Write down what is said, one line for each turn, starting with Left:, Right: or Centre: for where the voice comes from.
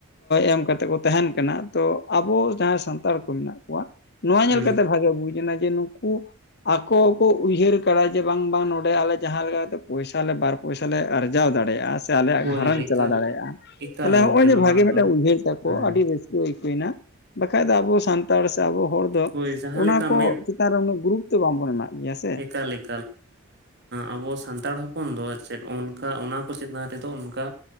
Left: ᱮᱢ ᱠᱟᱛᱮ ᱠᱚ ᱛᱟᱦᱮᱱ ᱠᱟᱱᱟ ᱛᱚ ᱟᱵᱚ ᱡᱟᱦᱟᱸᱭ ᱥᱟᱱᱛᱟᱲ ᱠᱚ ᱢᱮᱱᱟᱜ ᱠᱚᱣᱟ ᱱᱚᱣᱟ ᱧᱮᱞ
Right: ᱦᱩᱸ
Left: ᱠᱟᱛᱮ ᱵᱷᱟᱜᱤ ᱵᱩᱡᱽ ᱮᱱᱟ ᱡᱮ ᱱᱩᱠᱩ ᱟᱠᱚᱼᱼ ᱠᱚ ᱩᱭᱦᱟᱹᱨ ᱠᱟᱫᱟ ᱡᱮ ᱵᱟᱝ ᱵᱟᱝ ᱱᱚᱰᱮ ᱟᱞᱮ ᱡᱟᱦᱟᱸ ᱞᱮᱠᱟᱛᱮ ᱯᱚᱭᱥᱟᱞᱮ ᱵᱟᱨ ᱯᱚᱭᱥᱟ ᱞᱮ ᱟᱨᱡᱟᱣ ᱫᱟᱲᱮᱭᱟᱜᱼᱟ᱾ ᱥᱮᱼᱼ ᱥᱮ ᱟᱞᱮᱭᱟᱜ
Right: ᱦᱳᱭ
Left: ᱜᱷᱟᱨᱚᱸᱡᱽ
Right: ᱮᱠᱟᱞ
Left: ᱪᱟᱞᱟᱣ ᱫᱟᱲᱮᱭᱟᱜᱼᱟ
Right: ᱮᱠᱟᱞ
Left: ᱛᱟᱦᱚᱞᱮ
Right: ᱜᱚᱝᱠᱮ
Left: ᱦᱚᱜᱼᱚᱭ ᱡᱮ
Right: ᱱᱚᱣᱟ
Left: ᱵᱷᱟᱜᱮ ᱢᱤᱫᱴᱟᱝ
Right: ᱫᱚ
Left: ᱩᱭᱦᱟᱹᱨ ᱛᱟᱠᱚ
Right: ᱦᱮᱸ
Left: ᱟᱹᱰᱤ ᱨᱟᱹᱥᱠᱟᱹᱼᱼ ᱵᱟᱠᱷᱟᱡ ᱫᱚ ᱟᱵᱚ ᱥᱟᱱᱛᱟᱲᱼᱼ ᱟᱵᱚ ᱦᱚᱲ ᱫᱚ
Right: ᱦᱳᱭ ᱡᱟᱦᱟᱸ
Left: ᱚᱱᱟ
Right: ᱞᱮᱠᱟᱢ
Left: ᱠᱚ ᱪᱮᱛᱟᱱ ᱨᱮ ᱩᱱᱟᱹᱜ ᱜᱩᱨᱩᱛᱚ ᱫᱚ ᱵᱟᱝᱵᱚᱱ ᱮᱢᱟᱜ ᱜᱮᱭᱟᱥᱮ
Right: ᱮᱠᱟᱞᱤᱠᱼᱼ ᱟᱵᱚ ᱥᱟᱱᱛᱟᱲ ᱦᱚᱯᱚᱱ ᱫᱚ ᱪᱮᱫ ᱚᱱᱠᱟ ᱚᱱᱟ ᱠᱚ ᱪᱮᱛᱟᱱ ᱨᱮᱫᱚ ᱚᱱᱠᱟᱼᱼ